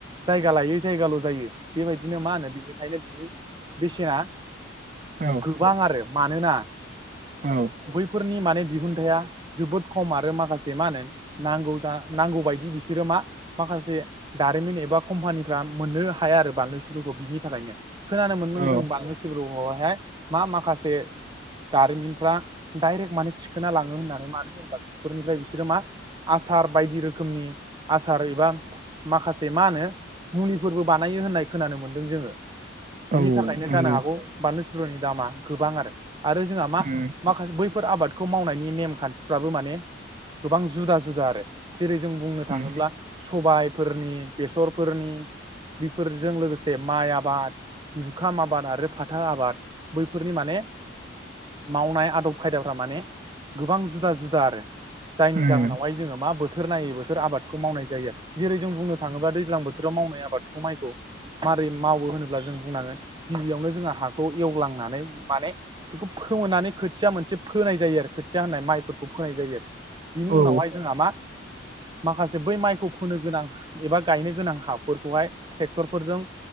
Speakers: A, on the right; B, on the right.
A: जायगा लायै जायगाल' जायो। बेबायदिनो मा होनो बिनिखायनो बिनि बेसेना
B: औ
A: गोबां आरो मानोना
B: औ
A: बैफोरनि माने दिहुनथाइया जोबोद खम आरो माखासे मा होनो नांगौ जा नांगौ बायदि बिसोरो मा माखासे दारिमिन एबा कम्पानिफ्रा मोननो हाया आरो बानलु सिब्रखौ बिनि थाखायनो खोनानो मोनदों
B: औ
A: जों बानलु सि <unintelligible> मा माखासे दारिमिनफ्रा डाइरेक्ट माने थिखोना लाङो होननानै मानो होनब्ला बेफोरनिफ्राय बिसोरो मा आसार बायदि रोखोमनि आसार एबा माखासे मा होनो मुलिफोरबो बानायो होननाय खोनानो मोनदों जोङो। बिनि
B: औ
A: थाखायनो
B: नंगौ
A: जानो हागौ बानलु सिब्रनि दामा गोबां आरो आरो जोंहा मा
B: उम
A: माखासे बैफोर आबादखौ मावनायनि नेम खान्थिफ्राबो माने गोबां जुदा जुदा आरो। जेरै जों बुंनो
B: उम
A: थाङोब्ला सबायफोरनि बेसरफोरनि बेफोरजों लोगोसे माइ आबाद जुखाम आबाद आरो फाथा आबाद बैफोरनि माने मावनाय आदब खायदाफ्रा माने गोबां जुदा जुदा आरो। जायनि
B: उम
A: जाहोनावहाय जोङो मा बोथोर नायै बोथोर आबादखौ मावनाय जायो जेरै जों बुंनो थाङोबा दैज्लां बोथोराव मावनाय आबादखौ माइखौ मारै मावो होनोब्ला जों बुंनाङो गिबियावनो जोंहा हाखौ एवलां नानै माने बेखौ फोमोननानै खोथिया मोनसे फोनाय जायो आरो खोथिया होननाय माइफोरखौ फोनाय जायो आरो बिनि
B: औ
A: उनावहाय जोंहा मा माखासे बै माइखौ फोनो गोनां एबा गायनो गोनां हाफोरखौहाय ट्रेक्टरफोरजों